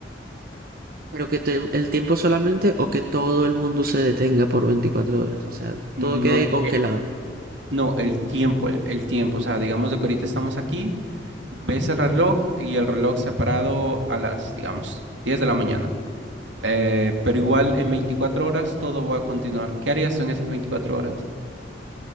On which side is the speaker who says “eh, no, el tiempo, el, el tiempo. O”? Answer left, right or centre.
Right